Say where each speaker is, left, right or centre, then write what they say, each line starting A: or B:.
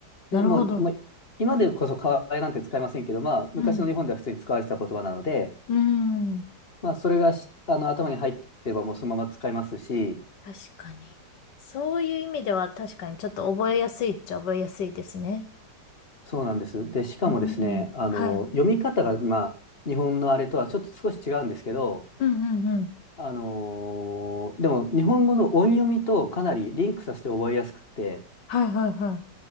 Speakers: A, on the left (about 80°); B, on the left (about 35°).
A: なるほど。
B: で、もう、まあ、今でこそかわやなんて使いませんけど、まあ、昔の日本では普通に使われてた言葉なので、
A: うん。うん。
B: まあ、それがし、あの、頭に入ってればもうそのまま使いますし、
A: 確かに。そういう意味では確かにちょっと覚えやすいっちゃ覚えやすいですね。
B: そうなんです。で、しかもですね、
A: うん。
B: あの、
A: はい。
B: 読み方が、まあ、日本のあれとはちょっと少し違うんですけど、
A: うんうんうん。
B: あのーでも、日本語の音読みとかなりリンクさせて覚えやすくって、
A: はいはいは